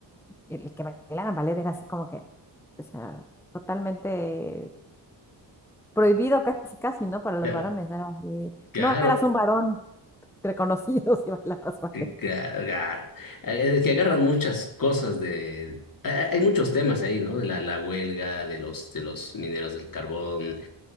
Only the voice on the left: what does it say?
Ya,
Claro.
que, que agar- eh, que agarran muchas cosas de... eh, Hay muchos temas ahí, ¿no? De la, la huelga, de los, de los mineros del carbón,